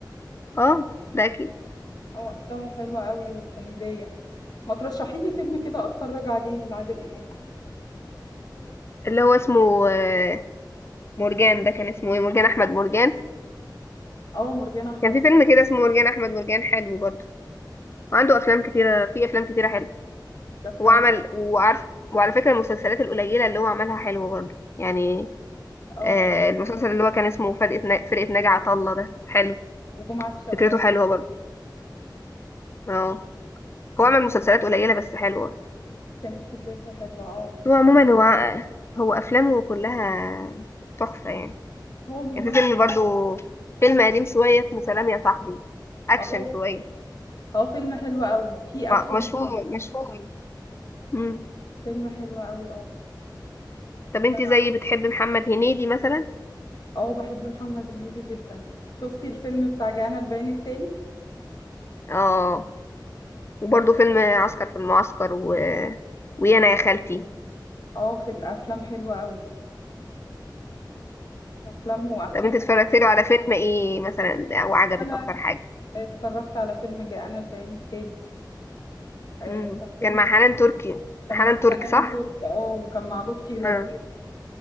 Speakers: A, on the left; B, on the left.
A: آه ده أكيد
B: اه افلامه حلوة قوي وكوميدية ما ترشحي لي فيلم كده اتفرج عليه لعادل امام
A: اللي هو اسمه آه، مرجان ده كان اسمه إيه مرجان أحمد مرجان
B: اه مرجان احمد
A: كان في فيلم كده اسمه مرجان أحمد مرجان حلو برضو وعنده أفلام كتيرة في أفلام كتيرة حلوة
B: ده بتاع
A: وعمل
B: عادل.
A: وعارف وعلى فكرة المسلسلات القليلة اللي هو عملها حلوة برضو يعني
B: اه
A: آه، المسلسل اللي هو كان اسمه فرقة نا- فرقة ناجي عطا الله ده حلو
B: وجمعة الشوال
A: فكرته حلوة برضو اه
B: كانت
A: هو عمل مسلسلات قليلة بس حلوة
B: كانت فكرته حلوة اه
A: هو عموما هو هو أفلامه كلها تحفة يعني
B: هو ممثل
A: كان في فيلم برضو فيلم قديم شوية اسمه سلام يا صاحبي أكشن
B: اه
A: شوية
B: اه فيلم حلو قوي فيه
A: م-
B: اكشن
A: مشهور
B: وكده.
A: مشهور مم.
B: فيلم حلو قوي اه
A: طب انت
B: انا
A: زي بتحب محمد هنيدي مثلا
B: اه بحب محمد هنيدي جدا شفتي الفيلم بتاع جانا البيان التالي
A: اه وبرضو
B: حلو
A: فيلم عسكر في المعسكر و... ويانا يا خالتي
B: اه في الافلام حلوة قوي افلامه وافلام
A: طب انت اتفرجت له على فيلم ايه مثلا وعجبك
B: انا
A: اكتر حاجة
B: اتفرجت على فيلم جانا البيان التالي آه،
A: مم.
B: كان فيلم
A: كان مع حنان تركي
B: كان
A: حنان
B: مع
A: تركي
B: حنان
A: صح؟
B: ترك اه وكان مع لطفي لبيب
A: اه